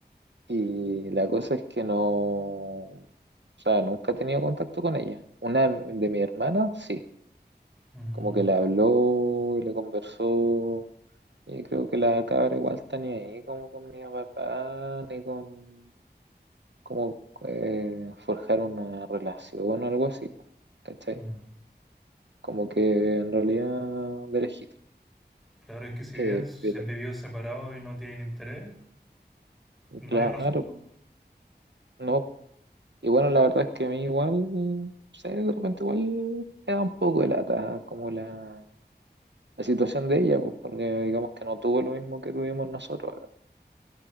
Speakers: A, on the right; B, in the centre.
A: Y la cosa es que no... O sea, nunca he tenido contacto con ella. Una de mi hermana, sí.
B: Mm,
A: Como que le habló, y le conversó Y creo que la cabra igual está ni ahí como con mi papá, ni con como eh, forjar una relación o algo así, po, ¿cachai?
B: mm.
A: Como que en realidad de lejito.
B: Claro, es que si viven,
A: Eh,
B: se
A: pero,
B: han vivido separados y no tienen interés, no
A: claro,
B: hay razón, po.
A: no. Y bueno, la verdad es que a mí igual, no sé, de repente igual me da un poco de lata como la, la situación de ella, pues, porque digamos que no tuvo lo mismo que tuvimos nosotros,